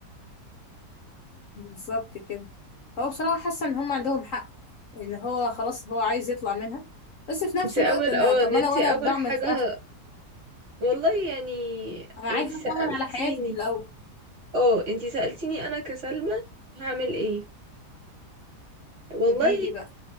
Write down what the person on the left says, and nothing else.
بالظبط كده هو بصراحة حاسة ان هم عندهم حق ان هو خلاص هو عايز يطلع منها بس في نفس
الوقت انا
طب
ما
انا وانا
بعمل
خطة
انا
عايزة
اطمن على حياتي في الاول
جديدي بقى